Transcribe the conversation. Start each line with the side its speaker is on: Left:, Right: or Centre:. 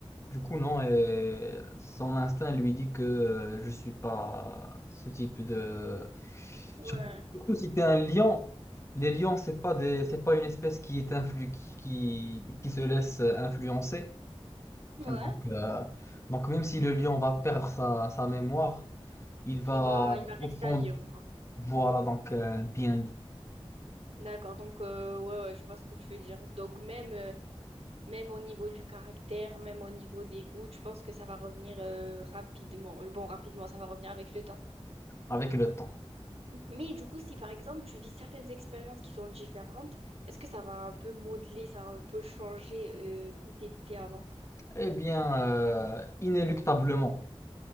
Left: du coup, non, et son instinct lui dit que euh, je suis pas ce type de...
Right: Ouais.
Left: Surtout, surtout si t'es un lion. Les lions, c'est pas des, c'est pas une espèce qui est influ, qui, qui, qui se laisse euh, influencer.
Right: Ouais.
Left: Donc, euh, donc même si le lion va perdre sa, sa mémoire, il va
Right: Il va, il va rester
Left: au fond.
Right: à Lyon.
Left: Voilà donc euh, bien dit,
Right: D'accord, donc euh, ouais, ouais, je vois ce que tu veux dire. Donc même... euh, Même au niveau du caractère, même au niveau des goûts, je pense que ça va revenir euh, rapidement. euh, Bon, rapidement, ça va revenir avec le temps.
Left: avec le temps.
Right: Mais du coup, si par exemple tu vis certaines expériences qui sont différentes, est-ce que ça va un peu modeler, ça va un peu changer euh, qui t'étais avant?
Left: Eh bien, euh, inéluctablement,